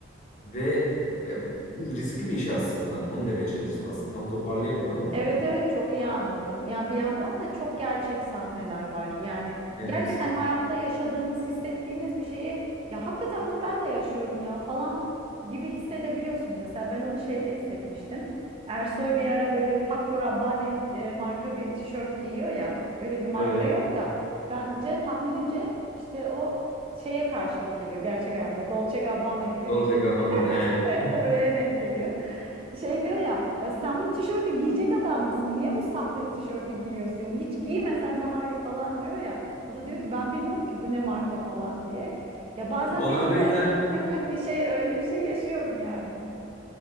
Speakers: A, on the left (about 40°); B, on the right (about 30°).
A: ve ya bu riskli bir iş aslında. Onu demeye çalıştım aslında. Tam toparlayamadım ama.
B: Evet evet çok iyi anladım. Yani bir yandan da çok gerçek sahneler var. Yani
A: Evet.
B: gerçekten hayatta yaşadığınız, hissettiğiniz bir şeyi ya hakikaten bunu ben de yaşıyorum ya falan gibi hissedebiliyorsunuz. Mesela ben onu şeyde hissetmiştim. Ersoy bir ara böyle Paco Rabanne e, marka bir tişört giyiyor ya. Öyle bir marka
A: Evet.
B: yok da bence tahminimce işte o şeye karşılık geliyor gerçek hayatta. Dolce Gabbana gibi
A: Dolce
B: bir
A: Gabbana.
B: <laughs>
A: Evet.
B: Evet, oraya denk geliyor. Şey diyor ya, ya sen bu tişörtü giyecek adam mısın? Niye bu sahte tişörtü giyiyorsun? Hiç giymesen daha iyi falan diyor ya. O da diyor ki ben bilmiyorum ki bu ne marka falan diye. Ya
A: <laughs>
B: bazen
A: Ona
B: benim
A: benzer
B: de <laughs> bir şey öyle bir şey yaşıyorum yani.